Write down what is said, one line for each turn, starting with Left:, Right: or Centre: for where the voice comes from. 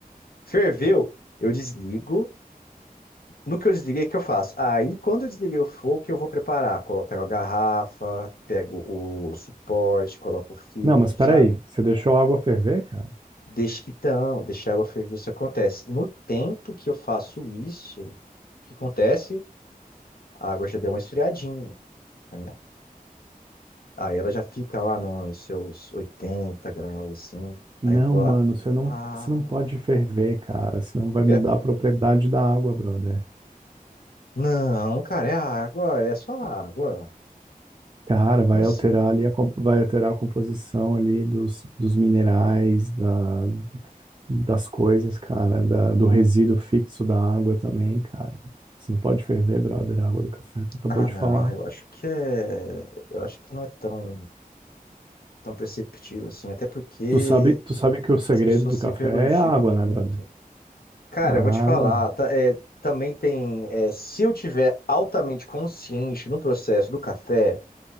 Left: ferveu, eu desligo. No que eu desliguei, o que eu faço? Aí, quando eu desliguei o fogo, o que eu vou preparar? Colo- Pego a garrafa, pego o suporte, coloco o filtro,
Right: Não, mas peraí,
Left: sabe?
Right: você deixou a água ferver, cara?
Left: Deixa, então, deixar a água ferver, isso acontece. No tempo que eu faço isso, o que acontece? A água já deu uma esfriadinha, né? Aí ela já fica lá nos seus 80 graus, assim. Aí
Right: Não,
Left: vou
Right: mano,
Left: lá.
Right: você não,
Left: Ah,
Right: você não pode ferver, cara, senão vai
Left: por
Right: mudar
Left: quê?
Right: a propriedade da água, brother.
Left: Não, cara, é água, é só água.
Right: Cara, vai
Left: Como assim?
Right: alterar ali, a, com- vai alterar a composição ali dos, dos minerais, da, das coisas, cara, da, do resíduo fixo da água também, cara. Você não pode ferver, brother, a água do café. Tu acabou
Left: Ah,
Right: de
Left: não,
Right: falar.
Left: eu acho que é. Eu acho que não é tão, tão perceptível assim. Até porque
Right: Tu sabe, tu sabe que o
Left: as
Right: segredo
Left: pessoas
Right: do
Left: sempre
Right: café
Left: elogiam
Right: é a água,
Left: muito.
Right: né, brother?
Left: Cara,
Right: Ah,
Left: eu vou te falar,
Right: não.
Left: tá- é, também tem. é, se eu tiver altamente consciente no processo do café.